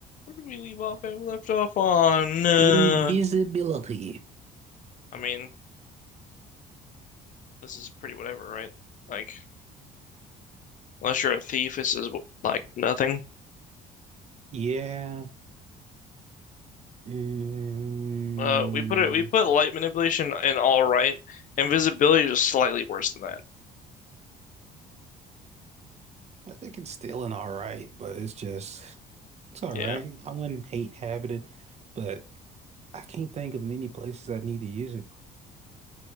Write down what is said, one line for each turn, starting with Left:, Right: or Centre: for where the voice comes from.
Left: Where did we leave off at? We left off on. Uh,
Right: Invisibility.
Left: I mean, this is pretty whatever, right? Like, unless you're a thief, this is like nothing.
Right: Yeah. Mm,
Left: Uh, we put it. We put light manipulation in all right. Invisibility is just slightly worse than that.
Right: I think it's still an all right, but it's just, it's all
Left: Yeah.
Right: right. I wouldn't hate having it, but I can't think of many places I need to use it.